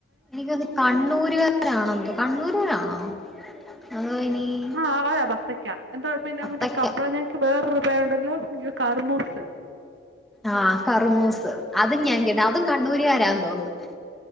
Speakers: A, in the centre; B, on the right.
A: എനിക്കത് കണ്ണൂര് കാരാണോ എന്തോ കണ്ണൂരനാണോ അതോ ഇനി-
B: ആഹ് ആ ബത്തയ്ക്കാ എന്താ പിന്നെ
A: അത്തയ്ക്ക
B: മറ്റേ കപ്പളങ്ങക്ക് വേറൊരു പേരുണ്ടല്ലോ കറുമൂസ്
A: ആഹ് കറമൂസ് അതും ഞാൻ കേട്ട് അതും കണ്ണൂര്കാരാന്ന് തോന്നുന്നു